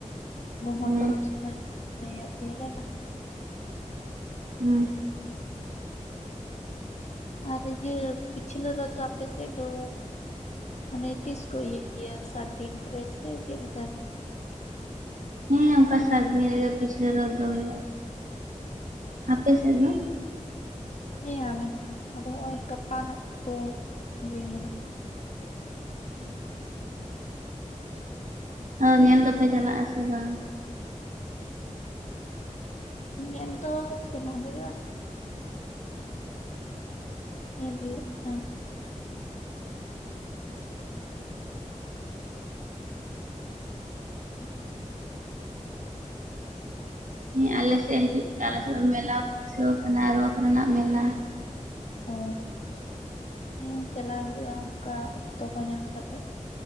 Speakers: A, on the left; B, on the right.
A: ᱜᱚᱢᱦᱟ
B: ᱦᱮᱸ
A: ᱯᱚᱨᱚᱵᱽ ᱥᱚᱢᱚᱭ ᱞᱟᱹᱭᱟᱜ ᱯᱮᱭᱟ ᱞᱮ ᱞᱟᱦᱟ ᱨᱮ
B: <unintelligible>
A: ᱟᱨ ᱤᱭᱟᱹ ᱯᱤᱪᱷᱞᱟᱹ ᱨᱚᱫ ᱫᱚ ᱟᱯᱮ ᱥᱮᱫ ᱫᱚ ᱢᱟᱱᱮ ᱛᱤᱥ ᱠᱚ ᱤᱭᱟᱹᱭ ᱜᱮᱭᱟ ᱥᱟᱛᱫᱤᱱ ᱨᱮ ᱥᱮ ᱪᱮᱫ ᱞᱮᱠᱟ ᱨᱮ
B: ᱦᱮᱸ ᱚᱱᱠᱟ ᱥᱟᱛᱫᱤᱱ ᱨᱮᱜᱮ ᱯᱤᱪᱷᱞᱟᱹ ᱨᱚᱫ ᱫᱚ ᱦᱩᱭᱩᱜᱼᱟ ᱟᱯᱮ ᱥᱮᱫ ᱫᱚ
A: ᱦᱮᱸ ᱟᱞᱮ ᱦᱚᱸ ᱟᱫᱚ ᱦᱚᱜᱼᱚᱭ ᱜᱟᱯᱟ ᱱᱚᱸᱜ ᱠᱚ ᱤᱭᱟᱹᱭ
B: ᱦ ᱟᱫᱚ ᱧᱮᱞ ᱫᱚᱯᱮ ᱪᱟᱞᱟᱜᱼᱟ ᱥᱮ ᱵᱟᱝ
A: ᱧᱮᱞ ᱫᱚ ᱥᱮᱱᱚᱜ ᱦᱩᱭᱩᱜᱼᱟ ᱧᱮᱞ ᱦᱳᱭᱳᱜ ᱠᱟᱱᱟ ᱦᱮᱸ
B: ᱦᱮᱸ ᱟᱞᱮ ᱥᱮᱫ ᱦᱤᱡᱩᱜ ᱯᱮ ᱟᱞᱮ ᱥᱮᱫ ᱫᱚ ᱢᱮᱞᱟ ᱵᱟᱹᱭᱥᱟᱹᱣ ᱠᱟᱱᱟ ᱨᱚᱛ ᱨᱮᱱᱟᱜ ᱢᱮᱞᱟ
A: ᱚ ᱦᱮᱸ ᱪᱟᱞᱟᱜ ᱦᱩᱭᱩᱜᱼᱟ ᱚᱱᱠᱟ ᱚᱠᱛᱚ ᱠᱚ ᱧᱟᱢ ᱠᱟᱛᱮ